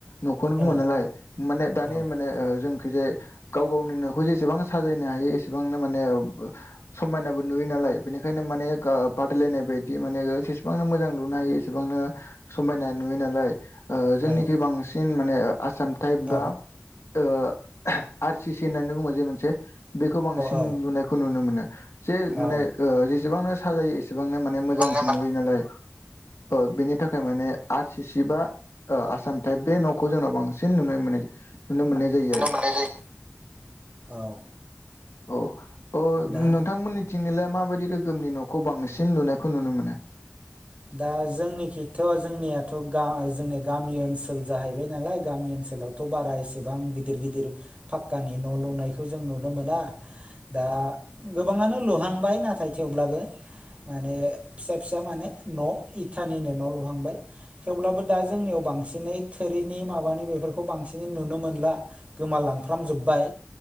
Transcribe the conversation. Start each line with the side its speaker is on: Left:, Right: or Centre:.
Left: न'खौनो बुंङो
Right: औ
Left: नालाय माने दानि
Right: औ
Left: माने ओ जोंखिजाय गाव गावनि नखौ जेसेबां साजायनो हायो एसेबांनो माने ओब ओ समायनाबो नुयो नालाय बेनिखायनो माने गाब- बादायलायनाय बायदि माने जसेबांनो मोजां लुनो हायो एसेबांनो समायना नुयो नालाय ओ जोंनिखै
Right: औ औ
Left: बांसिन माने आसाम टाइप
Right: औ
Left: बा ओ आर सि सि होननानै बुङो जे मोनसे बेखौ बांसिन
Right: औ
Left: लुनायखौ नुनो मोनो जे माने
Right: औ
Left: ओ जेसेबांनो साजायो एसेबांनो माने मोजांसिन
Right: गोबांनो मोन
Left: नुयो नालाय औ बिनि थाखाय माने आर सि सि बा ओ आसाम टाइप बे नखौ जोंनाव बांसिन नुनाय मोन्नाय जायो नुनो मोननाय जायो आरो
Right: नुनो मोननाय जायो। औ
Left: औ ओ
Right: दा
Left: नोंथांमोन्नि थिनोलाय माबायदि रोखोमनि न'खौ बांसिन नुनायखौ नुनो मोनो
Right: दा जोंनिखिथ जोंनियाथ जोंनिया गामि ओनसोल जाहैबाय नालाय गामि ओनसोलाव' थ' बारा इसेबां गिदिर गिदिर फाक्कानि न' लुनायखौ जों नुनो मोना दा गोबाङानो लुहांबाय नाथाय थेवब्लाबो माने फिसा फिसा माने न' इथानिनो न' लुहांबाय थेवब्लाबो दा जोंनियाव बांसिनै थोरिनि माबानि बेफोरखौ बांसिनै नुनो मोनला गोमालांफ्रामजोब्बाय